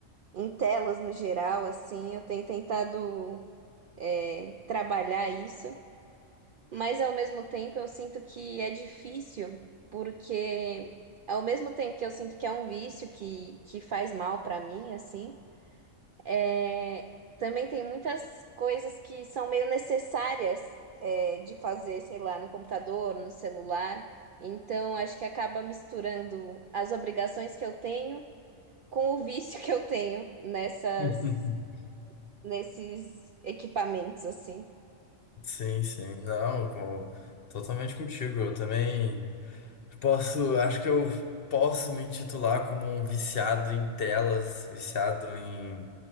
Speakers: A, on the right; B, on the left.
A: em telas no geral, assim, eu tenho tentado, é, trabalhar isso. Mas ao mesmo tempo eu sinto que é difícil, porque ao mesmo tempo que eu sinto que é um vício que, que faz mal pra mim, assim, é, também tem muitas coisas que são meio necessárias é, de fazer, sei lá, no computador, no celular. Então acho que acaba misturando as obrigações que eu tenho com o vício que eu tenho nessas,
B: <laughs>
A: nesses equipamentos, assim.
B: Sim, sim, não, com- totalmente contigo, eu também posso, acho que eu posso me intitular como um viciado em telas, viciado em